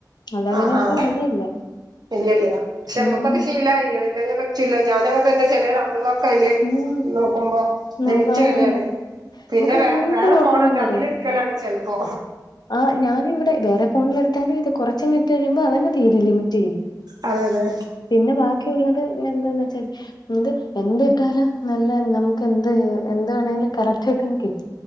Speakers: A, on the left; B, on the right.
A: അല്ലാതെ
B: ആഹ്
A: പിന്നെ വേറെ
B: ആഹ്
A: വഴിയില്ല
B: ഇല ഇല്ല പക്ഷെ
A: ഉം
B: നമ്മകൊ
A: ഉം
B: ശീലായി ചില്ല ഞാനങ്ങനെ തനെ ചേലോ <unintelligible> ക്കയ്ല്
A: ഉം
B: നോക്കുമ്പോ ലിമിറ്റ്
A: ഉം ആണാണ്
B: വരെണ് പിന്നെ
A: നമുക്ക്
B: വേ
A: എന്തൊരു
B: വേറെ
A: ഡൗട്ടാണേലും
B: ഫോണ്‍ട്.
A: അറിയാം
B: അതില്ട്ക്കലാണ് ചെൽപ്പോ.
A: ആഹ് ഞാനിവടെ വേറെ ഫോണിലെട്ത്താലും. ഇത് കൊർച്ചിങ്ങട്ട് വരുമ്പോ തീരും ലിമിറ്റ്.
B: അതെ അതെ
A: പിന്നെ ബാക്കിള്ളത് എന്താന്ന് വെച്ചാല്. ഇത് എന്ത് ഇട്ടാലും നല്ല നമ്മക്ക് എന്ത് എന്ത് ആണേലും കരക്റ്റ്. ആയിട്ട